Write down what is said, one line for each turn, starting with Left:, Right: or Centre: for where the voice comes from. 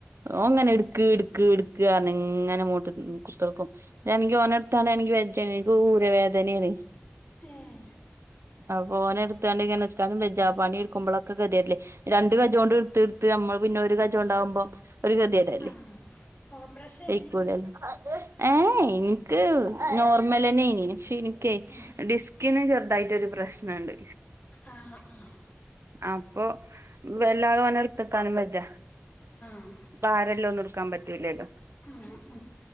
Right: ഓങ്ങനെ ഇടുക്ക്‌ ഇടുക്ക് ഇങ്ങനെ മുട്ട് കുത്തിർക്കും ഇൻക്കാണെങ്കി ഓന്നെടുത്താണ് എനിക്ക് വെജനിക്ക് ഊരവേദനെൻ
Left: <inaudible>
Right: അപ്പോന എടുത്താണ്ടങ്ങനെ നിക്കാനും ബെജാ പണി ആക്ക്പോഴൊക്കെതിയല്ലേ രണ്ട് കജ കൊണ്ട് എടുത്ത്ടുത്ത് നമ്മള് പിന്നെ ഒരു കജ കൊണ്ടാകുമ്പോ ഒരു ഗതിയ ഏയ്‌
Left: ആഹ് ഓപ്പറേഷേനി
Right: വെയ്ക്കൂല്ലല്ലോ ഏഹ് എനിക്ക് നോർമലന്നെനി പക്ഷെ
Left: ഉം
Right: ഡിസ്കിന് ചെറുതായിട്ടൊഒരു പ്രശ്നുണ്ട്
Left: ആഹ് ആഹ്
Right: അപ്പൊ വല്ലാ ഓനെ എടുത്ത്ക്കാനും വജ്ജ
Left: ഉം.
Right: ഭാരെല്ലഒന്നും എടുക്കാൻ പറ്റലല്ലോ
Left: ആഹ്